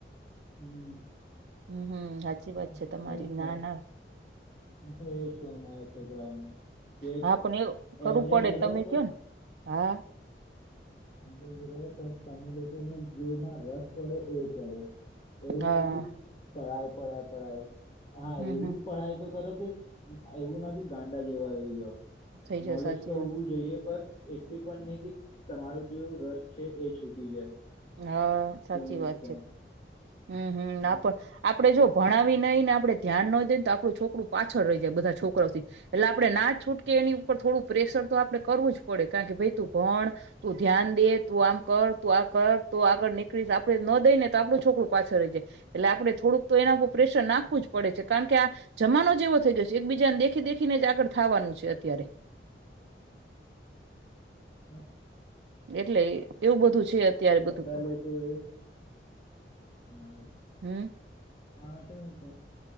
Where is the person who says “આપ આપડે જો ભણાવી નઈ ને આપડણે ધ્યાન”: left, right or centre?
Right